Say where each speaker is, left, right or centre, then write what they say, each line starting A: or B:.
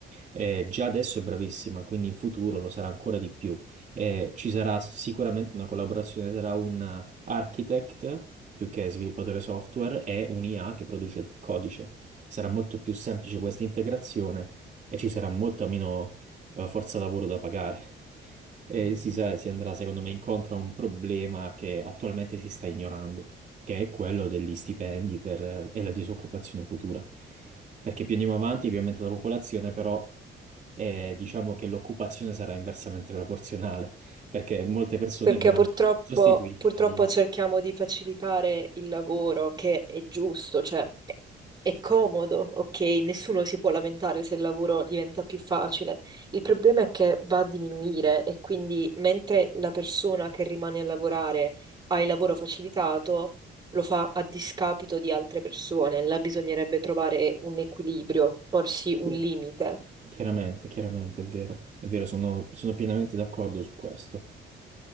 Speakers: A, on the right; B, on the right.
A: Eh, già adesso è bravissima, quindi in futuro lo sarà ancora di più. Eh, ci sarà sicuramente una collaborazione tra un architect, più che sviluppatore software, e un IA che produce il codice. Sarà molto più semplice questa integrazione e ci sarà molta meno, eh, forza lavoro da pagare. E si sa- si andrà, secondo me, incontro a un problema che attualmente si sta ignorando che è quello degli stipendi per- eh, e la disoccupazione futura. Perché più andiamo avanti, più aumenta la popolazione, però eh, diciamo che l'occupazione sarà inversamente proporzionale, perché molte persone
B: Perché
A: verranno
B: purtroppo,
A: sostituite
B: purtroppo
A: da IA.
B: cerchiamo di facilitare il lavoro, che è giusto, cioè è comodo, ok? Nessuno si può lamentare se il lavoro diventa più facile. Il problema è che va a diminuire e quindi mentre la persona che rimane a lavorare ha il lavoro facilitato, lo fa a discapito di altre persone. Là bisognerebbe trovare un equilibrio, porsi un
A: Sì.
B: limite.
A: Chiaramente, chiaramente, è vero, è vero, sono, sono pienamente d'accordo su questo.